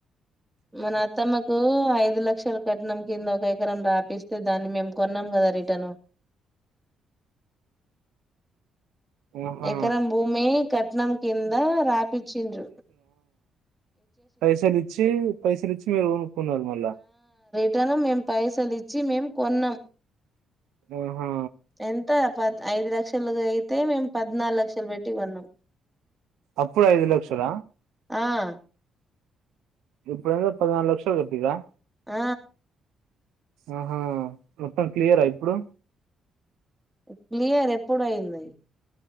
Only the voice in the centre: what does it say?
మన అత్తమ్మకు ఐదు లక్షలు కట్నం కింద ఒక ఎకరం రాపిస్తే దాన్ని మేము కొన్నాం కదా రిటర్న్
ఎకరం భూమి కట్నం కింద రాపిచిండ్రు
టను మేం పైసలిచ్చి మేము కొన్నాం
ఎంత పా ఐదు లక్షలు అయితే మేము పద్నాలుగు లక్షలు పెట్టి కొన్నాం
ఆ
ఆ
క్లియర్ ఇప్పుడు అయింది